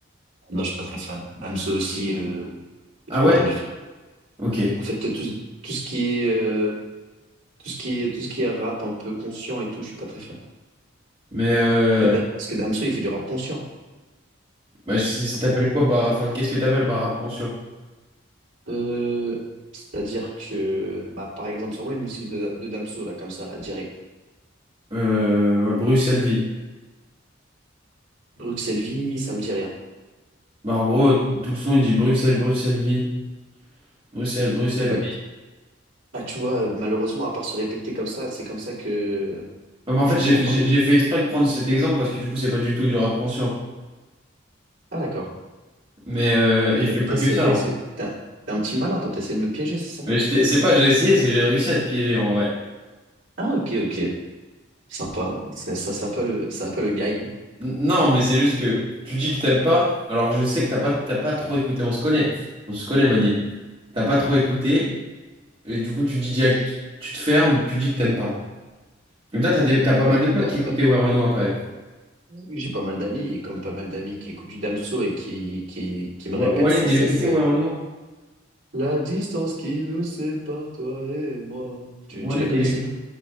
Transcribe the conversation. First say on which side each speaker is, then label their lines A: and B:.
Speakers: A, on the right; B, on the right.
A: Non, je suis pas très fan. Damso aussi, euh,
B: Ah
A: j'aime
B: ouais?
A: pas du tout.
B: Ok.
A: En fait, tout, tout ce qui est, euh, tout ce qui est, tout ce qui est rap un peu conscient et tout, je suis pas très fan. Parce
B: Mais, euh,
A: que, Da- parce que Damso, il fait du rap conscient,
B: Bah, je sais-
A: un
B: t'appelles
A: peu.
B: quoi par... Enfin, qu'est-ce que t'appelles par rap conscient?
A: Euh, c'est-à-dire que, bah, par exemple, sur moi, une musique de, de Damso, là, comme ça, là, direct.
B: Euh, ouais, Bruxelles vie.
A: Bruxelles Vie, ça me dit rien.
B: Bah, en gros, tout le son, il dit Bruxelles, Bruxelles vie. Bruxelles, Bruxelles
A: Ouais, bah,
B: vie.
A: Bah, tu vois, malheureusement, à part se répéter comme ça, c'est comme ça que.
B: Ouais, mais en
A: Enfin,
B: fait,
A: je comprends
B: j'ai
A: pas.
B: j'ai- j'ai fait exprès de prendre cet exemple parce que du coup, c'est pas du tout du rap conscient.
A: Ah, d'accord.
B: Mais euh,
A: Donc,
B: il
A: t'es
B: fait pas
A: t'es-
B: que
A: t'es-
B: ça.
A: t'es-
B: hein.
A: t'es un t'es un petit malin, toi, t'essaies de me piéger, c'est ça?
B: Mais je t'ai- c'est pas, j'ai essayé, c'est j'ai réussi à te piéger en vrai.
A: Ah, ok, ok. Sympa. C'est- Ça, c'est un peu le, c'est un peu le guy.
B: N- Non, mais c'est juste que tu dis que t'aimes pas, alors que je sais que t'as pas, t'as pas trop écouté. On se connaît. On se connaît, Manil. T'as pas trop écouté, et du coup, tu dis direct, tu tu te fermes, tu dis que t'aimes pas. Mais toi, t'as des- t'as pas
A: Bah,
B: mal de potes
A: là,
B: qui écoutaient
A: là.
B: Ouais Renoir quand même.
A: J'ai pas mal d'amis, et comme pas mal d'amis qui écoutent du Damso et qui, qui, qui me
B: Wa-
A: répètent
B: Walid,
A: sans
B: il
A: cesse
B: écoutait Ouais Renoir?
A: La distance qui nous sépare, toi et moi. Tu,
B: Walid,
A: tu la connais,
B: il
A: celle-là?
B: est...